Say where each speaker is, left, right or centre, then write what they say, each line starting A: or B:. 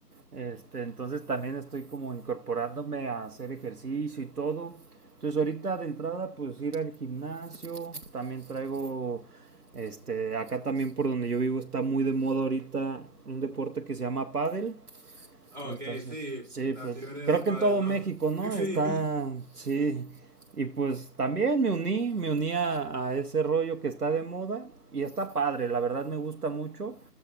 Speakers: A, on the right; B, on the right.
A: Este, entonces también estoy como incorporándome a hacer ejercicio y todo. Entonces ahorita de entrada pues ir al gimnasio, también traigo este acá también por donde yo vivo está muy de moda ahorita un deporte que se llama pádel.
B: Ok,
A: Entonces,
B: sí,
A: sí,
B: la
A: pues
B: fiebre
A: creo
B: de pádel,
A: que en todo
B: ¿no?
A: México, ¿no?
B: <laughs> Sí.
A: Está, sí. Y pues también me uní, me uní a, a ese rollo que está de moda y está padre, la verdad me gusta mucho.